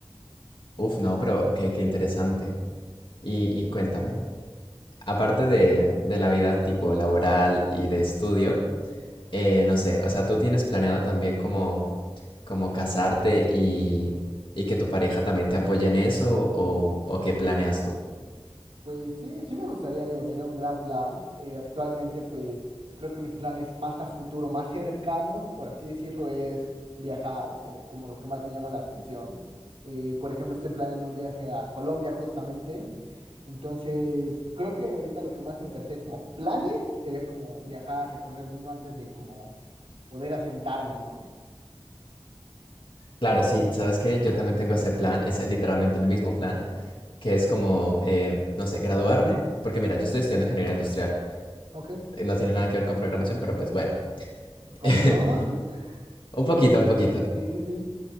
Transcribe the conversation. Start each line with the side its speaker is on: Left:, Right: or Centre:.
Left: uf, no, pero qué, qué interesante. Y, y cuéntame, aparte de, de la vida tipo laboral y de estudio, eh, no sé, o sea, ¿tú tienes planeado también como, como casarte y, y que tu pareja también te apoye en eso o, o qué planeas tú?
Right: Pues sí, sí me gustaría, digo, sería un gran plan. Eh, actualmente, pues creo que mis planes más a futuro, más cercanos, por así decirlo, es viajar o como lo que más me llama la atención. Eh, por ejemplo, estoy planeando un viaje a Colombia justamente. Entonces, creo que ahorita lo que más me interesa como planes sería como viajar, recorrer el mundo antes de como poder asentarme, ¿no?
Left: Claro, sí, sabes que yo también tengo ese plan, es literalmente el mismo plan, que es como, eh, no sé, graduarme, porque mira, yo estoy estudiando ingeniería industrial,
Right: Ok,
Left: eh, no tiene nada que ver con programación, pero pues bueno,
Right: ¿cómo
Left: <laughs>
Right: no? <laughs>
Left: un poquito, un poquito.
Right: Sí, sí, sí.